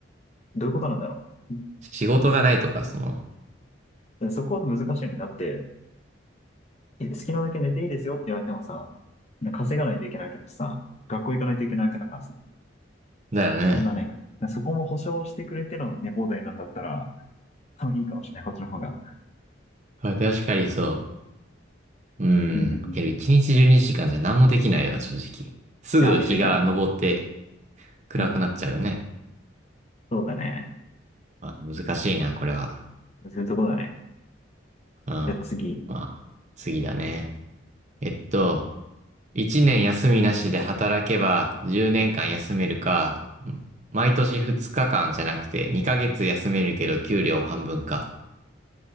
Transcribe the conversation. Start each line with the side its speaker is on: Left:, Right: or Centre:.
Left: どういうことなんだろう。
Right: 仕事がないとか、その、
Left: そこは難しいよね。だって、好きなだけ寝ていいですよって言われてもさ、稼がないといけないわけだしさ、学校行かないといけないわけだからさ、
Right: だよね。
Left: そんなね、そこも保証してくれての寝放題なんだったら、多分いいかもしれない、こっちの方が。
Right: こ確かにそう。う
Left: うん。
Right: ん。けど一日12時間じかんじゃ何もできないよな、
Left: い
Right: 正直。すぐ日が昇って
Left: や、短い。
Right: 暗くなっちゃうよね。
Left: うん。そうだね。
Right: まあ、難しいな、これは。
Left: そういうとこだね。
Right: うん。まあ、
Left: じゃあ次。
Right: 次だね。えっと、1年休みなしで働けば10年間休めるか、毎年2日間じゃなくて2ヶ月休めるけど給料半分か。